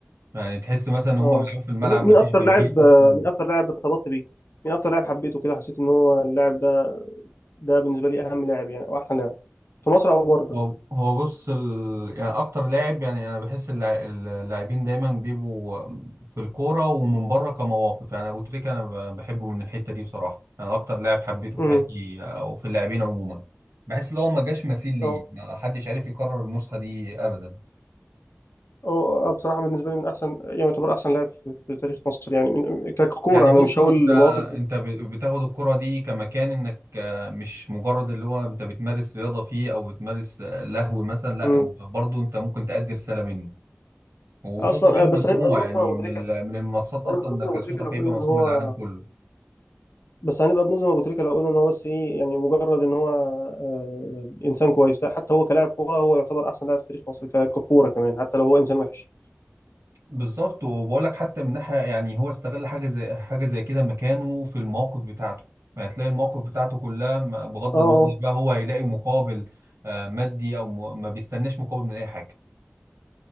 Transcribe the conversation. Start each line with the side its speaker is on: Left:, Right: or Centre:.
Right: يعني تحس مثلا ان هم
Left: اه
Right: بيلعبوا في الملعب
Left: طب مين مين
Right: ما فيش
Left: اكتر
Right: جماهير
Left: لاعب آه،
Right: اصلا
Left: مين اكتر لاعب ارتبطت بيه مين اكتر لاعب حبيته كده حسيت ان هو اللاعب ده ده بالنسبه لي اهم لاعب يعني او احسن لاعب في مصر او بره
Right: هو هو بص ال... يعني اكتر لاعب يعني انا بحس اللع- اللاعبين دايما بيبقوا في الكوره ومن بره كمواقف يعني ابو تريكه انا ب- بحبه من الحته دي بصراحه انا اكتر لاعب حبيته
Left: امم
Right: في حياتي او في اللاعبين عموما بحس ان هو ما جاش مثيل ليه
Left: اه
Right: ما حدش عارف يكرر النسخه دي ابدا
Left: اه آه، بصراحه بالنسبه لي من احسن يعني يعتبر احسن لاعب في في تاريخ مصر يعني من- ككوره
Right: يعني
Left: انا
Right: بص
Left: مش
Right: هو
Left: هقول
Right: انت
Left: مواقف
Right: انت ب- بتاخد الكره دي كمكان انك آه، مش مجرد اللي هو انت بتمارس رياضه فيه او بتمارس آه، لهو مثلا لا
Left: امم
Right: برضه انت ممكن تأدي رساله منه وصوتك
Left: اصلا
Right: بيبقى
Left: آه، بس
Right: مسموع
Left: هنبقى بنظلم
Right: يعني
Left: ابو
Right: من
Left: تريكه
Right: ال- من المنصات اصلا
Left: هنبقى بنظلم
Right: انك
Left: ابو
Right: صوتك
Left: تريكه لو قلنا
Right: هيبقى مسموع
Left: ان هو
Right: للعالم كله
Left: بس هنبقى بنظلم ابو تريكه لو قلنا ان هو بس ايه يعني مجرد ان هو آه، انسان كويس لا حتى هو كلاعب كوره هو يعتبر احسن لاعب في تاريخ مصر ك- ككوره كمان حتى لو هو انسان وحش
Right: بالظبط وبقول لك حتى من ناحيه يعني هو استغل حاجه زي حاجه زي كده مكانه في المواقف بتاعته يعني تلاقي المواقف بتاعته كلها م- بغض
Left: اه
Right: النظر
Left: اه
Right: بقى هو هيلاقي مقابل آه، مادي او م- ما بيستناش مقابل من اي حاجه